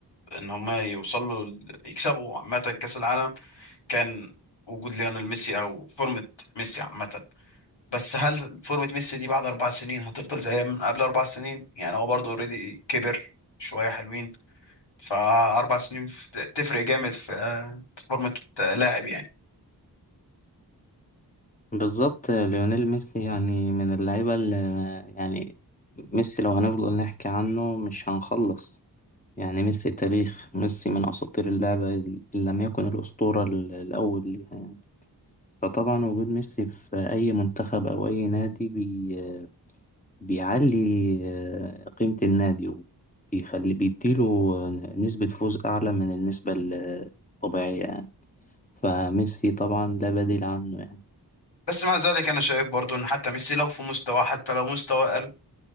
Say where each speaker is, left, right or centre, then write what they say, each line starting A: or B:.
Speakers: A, on the left; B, on the left.
A: ان هما يوصلوا ل- يكسبوا عامه كاس العالم كان وجود ليونيل ميسي او فورمه ميسي عامه بس هل فورمه ميسي دي بعد اربع سنين هتفضل زي من قبل اربع سنين يعني هو برضو اوريدي كبر شويه حلوين فاربع سنين ف- تفرق جامد في آه، في فورمه لاعب يعني
B: بالظبط آه، ليونيل ميسي يعني من اللعيبة اللي آه، يعني ميسي لو هنفضل نحكي عنه مش هنخلص يعني ميسي تاريخ ميسي من أساطير اللعبة إن لم يكن الأسطورة ال- الأول ليها يعني فطبعا وجود ميسي في أي منتخب أو أي نادي بي بيعلي آه، قيمة النادي وبيخلي بيديله نسبة فوز أعلى من النسبة الطبيعية يعني فميسي طبعا لا بديل عنه يعني
A: بس مع ذلك انا شايف برضو ان حتى ميسي لو في مستوى حتى لو مستوى اقل